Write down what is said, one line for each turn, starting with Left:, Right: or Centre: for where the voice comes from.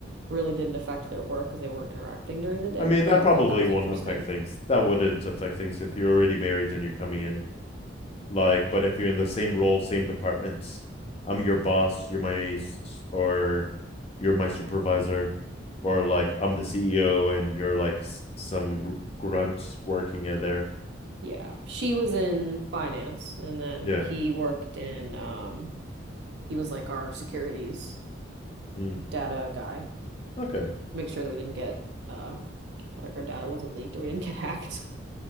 Right: really didn't affect their work because they weren't interacting during the day,
Left: I mean,
Right: but
Left: that
Right: I always
Left: probably
Right: thought that was
Left: won't
Right: interesting.
Left: affect things. That wouldn't affect things if you're already married and you're coming in. Like, but if you're in the same role, same departments, I'm your boss, you're my or you're my supervisor, or like I'm the CEO and you're like some gr- grunts working at there.
Right: Yeah. She was in finance and then
Left: Yeah.
Right: he worked in um he was like our securities
Left: Mm.
Right: data guy.
Left: Okay.
Right: Make sure that we didn't get uh like our data wasn't leaked or we didn't get <laughs> hacked.